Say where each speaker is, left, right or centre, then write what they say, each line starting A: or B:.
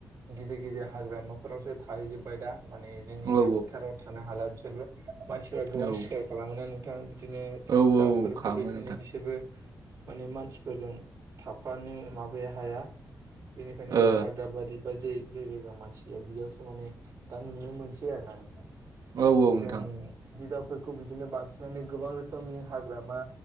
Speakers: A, on the right; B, on the right.
A: गिदिर गिदिर हाग्रामाफोरावसो था थाहैजोबबाय दा माने जोंनि
B: औ औ
A: बे उदखाराराव थानो हाला बिसोरबो। मानसिफोरा गोबां
B: औ
A: सिखार खालामोना नोंथां बिदिनो
B: औ
A: दाउफोरखौ
B: औ खालामो
A: बेखायनो
B: नोंथां
A: बिसोरबो। माने मानसिफोरजों थाफानो माबाया हाया। बेनिखायनो
B: ओ
A: हाग्रा बारि बा जे जे जायगाव मानसि गैया बिदियावसो। उम दा नुनो मोनसै आरोना नोंथां
B: औ औ नोंथां
A: जों बिादि दाव। फोरखौ बिदिनो बांसिननानो गोबां रोखोमनि हाग्रामा